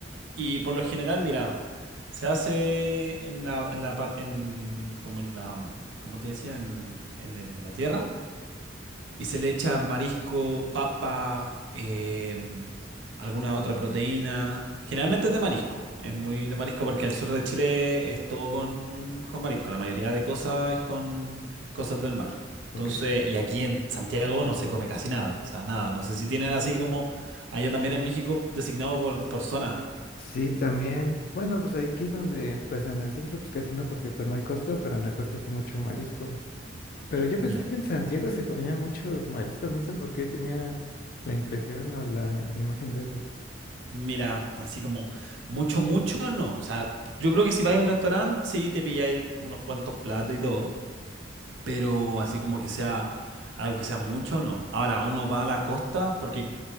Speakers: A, on the right; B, on the left.
A: Y por lo general, mira, se hace en la, en la par- en, como en la, mm, como te decía, en, en el- la tierra. Y se le echa marisco, papa, eh, mm, alguna otra proteína. Generalmente es de marisco. Es muy de marisco porque el sur de Chile es todo con, con marisco. La mayoría de cosas es con cosas del mar. Entonces,
B: ok.
A: y aquí en Santiago no se come casi nada. O sea, nada. No sé si tienen así como allá también en México designado por, por zona.
B: Sí, también. Bueno, pues aquí donde, pues en el centro, pues casi no, porque pues no hay costa, pero en la costa sí mucho marisco. Pero yo
A: Ya.
B: pensé que en Santiago se comía muchos mariscos, no sé por qué tenía la impresión o la imagen de eso.
A: Mira, así como mucho, mucho no. O sea, yo creo que si vais a un restaurante, sí te pilláis unos cuantos platos y todo, pero así como que sea algo que sea mucho, no. Ahora, uno va a la costa porque